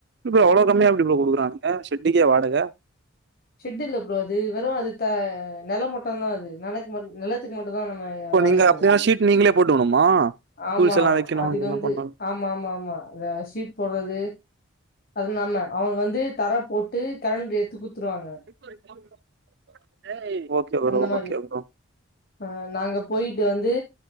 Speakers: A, on the right; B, on the left.
A: இவ்ளோ கம்மியா கொடுக்குறானுங்க செட்டுக்கே வாடகை
B: செட்டு இல்ல ப்ரோ அது வெறு அது த நில மட்டத அது நில நில த்க்கு மட்டு தா நம்ம
A: இப்போ
B: வாடகை
A: நீங்க அப்டினா
B: தர்றது
A: ஷீட் நீங்களே போட்டுக்கணுமா
B: ஆமா
A: டூல்ஸ் எல்லா வெக்கணு
B: அதுக்கு
A: இதெல்லா
B: வந்து
A: பண்ணணு
B: ஆமா ஆமா ஆமா அந்த ஷீட் போடுறது அது இல்லாமா அவங்க வந்து தர போட்டு கரண்டு எடுத்து குடுத்துருவாங்க
A: <inaudible>
B: அந்த மாரி
A: ஓகே ப்ரோ
B: ஆ நாங்க போயிட்டு வந்து